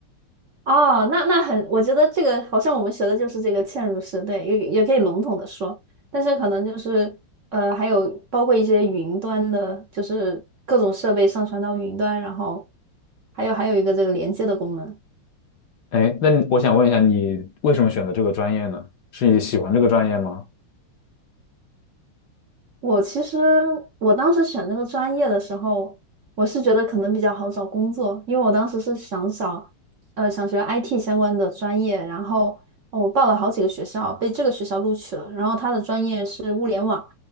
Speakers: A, on the right; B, on the left.
A: 哦，那那很，我觉得这个好像我们学的就是这个嵌入式，对，也也可以笼统的说，但是可能就是呃，还有包括一些云端的，就是各种设备上传到云端，然后还有还有一个这个连接的功能。
B: 哎，那你我想问一下，你为什么选择这个专业呢？是你喜欢这个专业吗？
A: 我其实我当时选这个专业的时候，我是觉得可能比较好找工作，因为我当时是想找，呃，想学 IT 相关的专业，然后呃我报了好几个学校，被这个学校录取了，然后他的专业是物联网，